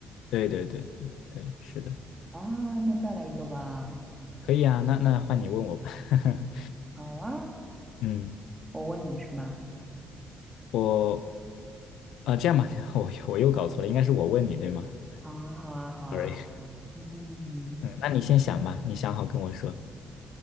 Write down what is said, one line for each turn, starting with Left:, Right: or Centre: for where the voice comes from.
Left: 对对对对对，是的，
Right: 啊。那再来一个吧。
Left: 可以啊。那那换你问我吧。<laughs>
Right: 好啊，
Left: 嗯，
Right: 我问你是吗？
Left: 我啊、这样吧，<laughs> 我我又搞错了，应该是我问你对吗
Right: 好啊，好啊，好啊。
Left: ？sorry
Right: 嗯
Left: 嗯，那你先想吧，你想好跟我说，